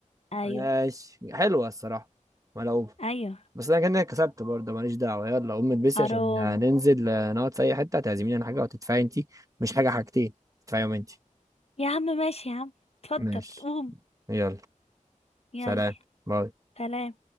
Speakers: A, on the left (about 50°); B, on the right (about 25°).
A: ايوه
B: ماشي حلوة الصراحة ملعوبة
A: ايوه
B: بس أنا كده كسبت برضه ماليش دعوة يلا قوم البسي
A: حرام
B: عشان ننزل آه، نقعد في أي حتة هتعزميني على حاجة وتدفعي أنتي مش حاجة حاجتين تدفعيهم أنتي
A: يا عم ماشي يا عم اتفضل
B: ماشي
A: قوم
B: يلا
A: يلا
B: سلام باي
A: سلام